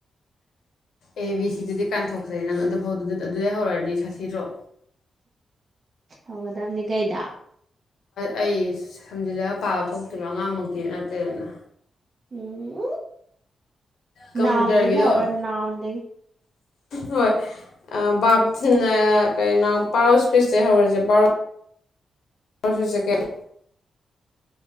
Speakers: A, on the left (about 85°); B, on the right (about 45°).
A: A B C D ꯀꯥꯟꯊꯣꯛꯈ꯭ꯔꯦ ꯅꯪ ꯑꯗꯨꯐꯥꯎ ꯑꯗꯨꯗꯩ ꯍꯧꯔꯛꯗꯤ ꯁꯥꯊꯤꯗ꯭ꯔꯣ
B: ꯍꯧꯒꯗꯕꯅꯤ ꯀꯩꯗꯣ
A: ꯑꯩ ꯁꯝꯖꯤꯜꯂꯒ ꯄꯥꯕ ꯊꯣꯛꯇ꯭ꯔꯤꯕ ꯑꯉꯥꯡꯃꯛꯇꯤ ꯅꯠꯇꯦꯗꯅ
B: ꯎꯝ
A: ꯀꯝꯄ꯭ꯌꯨꯇꯔꯒꯤꯗꯣ
B: ꯅ꯭ꯋꯥꯟꯗꯒꯤ ꯍꯧꯔꯣ ꯅ꯭ꯋꯥꯟꯗꯒꯤ
A: ꯍꯣꯏ ꯕꯥꯞꯁꯤꯅ ꯀꯩꯅꯣ ꯄꯥꯔꯣ ꯏꯁꯄꯤꯁ ꯍꯧꯔꯁꯦ ꯚꯥꯎ ꯏꯁꯄꯤꯁ ꯁꯦ ꯀꯩꯅꯣ